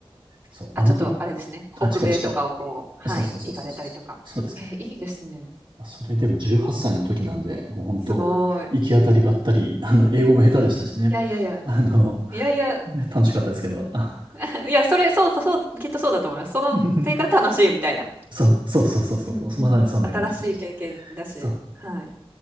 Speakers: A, on the right; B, on the right.
A: そう、
B: あ、
A: あのと、
B: ちょっとあれですね。北米とかをこう、
A: あちこちと。
B: はい、
A: そうそうそうそうそうそう。
B: 行かれたりとか。
A: そうですね。
B: えいいですね。
A: まあ、それでも18歳の時なんで、もう本当、
B: すごい。
A: 行き当たりばったり、あの、英語も下手でしたしね。
B: いやいやいや。
A: あの、
B: いやいや、
A: いや楽しかったですけど。あ
B: <laughs> いや、それ、そうそう、そう、きっとそうだと思います。その手が楽しいみたいな。
A: <laughs> そうそうそうそうそうそう、
B: うんうん。
A: まさにそんな感じでした。
B: 新しい経験だし。
A: そう。
B: はい。